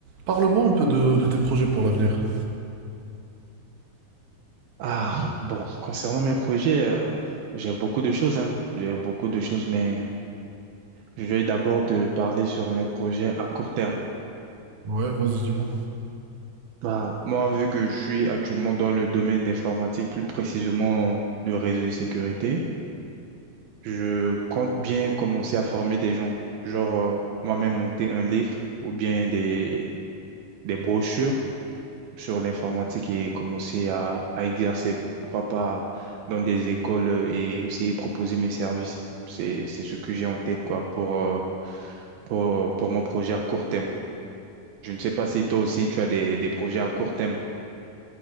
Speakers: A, on the right (about 55°); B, on the right (about 75°).
A: Parle-moi un peu de, de tes projets pour l'avenir.
B: Ah, bon, concernant mes projets, euh, j'ai beaucoup de choses, hein. J'ai beaucoup de choses, mais je vais d'abord te parler sur mes projets à court terme.
A: Ouais, vas-y, dis-moi.
B: Bah, moi, vu que je suis actuellement dans le domaine d'informatique, plus précisément le réseau de sécurité, je compte bien commencer à former des gens. Genre, euh, moi-même monter un livre ou bien des, des brochures sur l'informatique et commencer à, à exercer, pourquoi pas dans des écoles euh, et aussi proposer mes services. C'est, c'est ce que j'ai en tête, quoi, pour, euh, pour, euh, pour mon projet à court terme. Je ne sais pas si toi aussi tu as des, des projets à court terme.